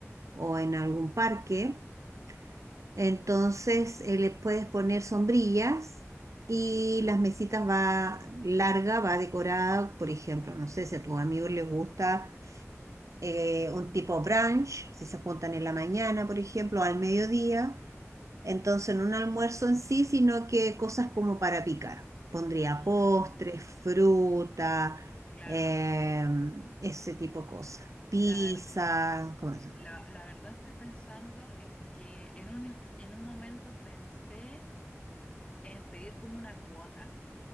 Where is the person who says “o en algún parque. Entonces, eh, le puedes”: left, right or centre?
Right